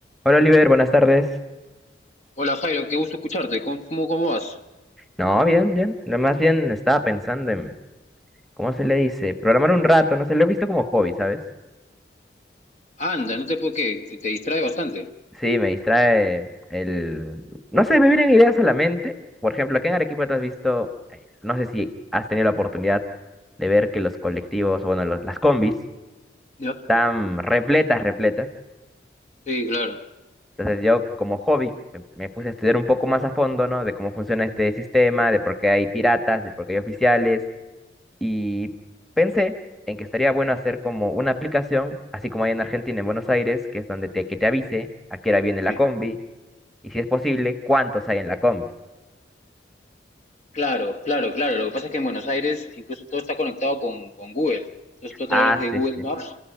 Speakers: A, in the centre; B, on the left.
A: Hola Oliver, buenas tardes.
B: Hola Jairo, qué gusto escucharte. ¿Cómo, cómo cómo vas?
A: No, bien, bien. Nada Más bien estaba pensando en, ¿cómo se le dice? Programar un rato, no sé, lo he visto como hobby, ¿sabes?
B: Anda, no te puedo que te, te distrae bastante.
A: Sí, me distrae el, no sé, me vienen ideas a la mente. Por ejemplo, aquí en Arequipa te has visto, eh, no sé si has tenido la oportunidad de ver que los colectivos, bueno, los- las combis,
B: ¿Ya?
A: están repletas, repletas.
B: Sí, claro.
A: Entonces yo como hobby me, me puse a estudiar un poco más a fondo, ¿no? De cómo funciona este sistema, de por qué hay piratas, de por qué hay oficiales Y pensé en que estaría bueno hacer como una aplicación, así como hay en Argentina, en Buenos Aires, que es donde te, que te avise a qué hora viene
B: Sí.
A: la combi y si es posible, cuántos hay en la combi.
B: Claro, claro, claro. Lo que pasa es que en Buenos Aires incluso todo está conectado con, con Google. Entonces tú a través
A: Ah,
B: de
A: sí,
B: Google
A: sí.
B: Maps